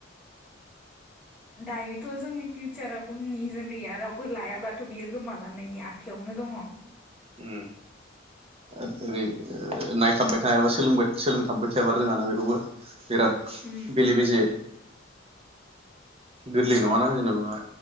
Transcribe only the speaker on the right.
उम <unintelligible> ओ नायथाबबाय थायाबा सोलोंबाय-सोलोंथाबबाय थायाबा रोङाना बेखौबो बिराद
बेले बेजे। गोरलै नङाना जेनेबा